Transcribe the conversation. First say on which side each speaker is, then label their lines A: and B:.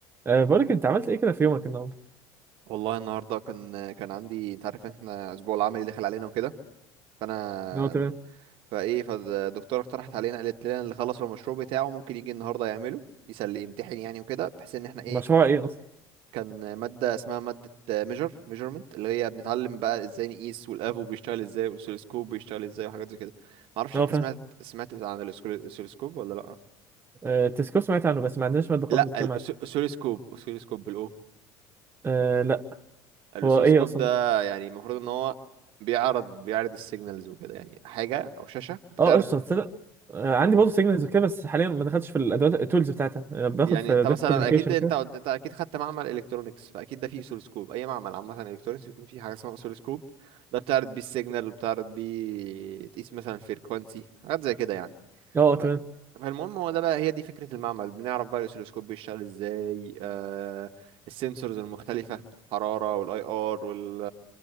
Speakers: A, on the right (about 25°); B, on the right (about 65°).
A: أه بقولك انت عملت ايه كده في يومك النهارده؟
B: والله النهارده كان كان عندي انت عارف ان احنا الاسبوع العملي دخل علينا وكده فانا
A: هو تمام
B: فايه فالدكتوره اقترحت علينا قالت لنا اللي خلص المشروع بتاعه ممكن يجي النهارده يعمله يسلي يمتحن يعني وكده بحيث ان احنا ايه
A: مشروع ايه اصلا؟
B: كان ماده اسمها ماده ميجر ميجرمنت اللي هي بنتعلم بقى ازاي نقيس والافو بيشتغل ازاي والاسلسكوب بيشتغل ازاي وحاجات زي كده معرفش
A: هو
B: انت
A: فاهم
B: سمعت سمعت عن الاسكول- الاسلسكوب ولا لا
A: أه التسكو سمعت عنه بس ما عندناش ماده خالص
B: لا
A: بتتكلم
B: الاسلسكوب
A: عنه
B: اسلسكوب بالأو
A: أه لا
B: الاسلسكوب
A: هو ايه اصلا؟
B: ده يعني المفروض ان هو بيعرض بيعرض السيجنالز وكده يعني حاجه او شاشه بتعرض
A: اه قشطه تصدق أه عندي
B: امم
A: برضه سيجنالز وكده بس حاليا ما دخلتش في الادوات التولز بتاعتها أه باخد
B: يعني
A: في
B: انت
A: داتا
B: مثلا
A: كوميونيكيشن
B: اكيد انت
A: كده
B: قلت انت اكيد خدت معمل الكترونكس فاكيد ده فيه اسلسكوب اي معمل عامه الكترونكس بيكون فيه حاجه اسمها اسلسكوب ده بتعرض بيه السيجنال وبتعرض بيه تقيس مثلا الفريكوانسي حاجات زي كده يعني
A: اه آه، تمام
B: ف- فالمهم هو ده بقى هي دي فكرة المعمل بنعرف بقى الأسيلوسكوب بيشتغل ازاي آه السنسورز المختلفة الحرارة والاي ار وال